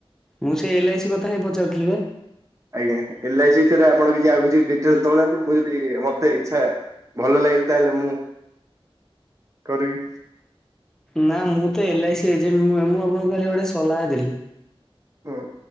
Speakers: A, in the centre; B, on the right.
A: ମୁଁ ସେଇ ଏଲଆଇସି କଥା ହିଁ ପଚାରୁଥିଲି ବା
B: ଆଜ୍ଞା ଏଲ ଆଇ ସିରେ ଆପଣ କିଛି ଆଉ କିଛି ଡିଟେଲ ଦଉନାହାନ୍ତି ମୁଁ ଯଦି ମତେ ଇଚ୍ଛା ଭଲ ଲାଗିବ ତାହେଲେ ମୁଁ କରିବି।
A: ନା ମୁଁ ତ ଏଲଆଇସି ଏଜେଣ୍ଟ ନୁହେଁ ମୁଁ ଆପଣଙ୍କୁ ଖାଲି ଗୋଟେ ସଲାହା ଦେଲି।
B: ହଁ।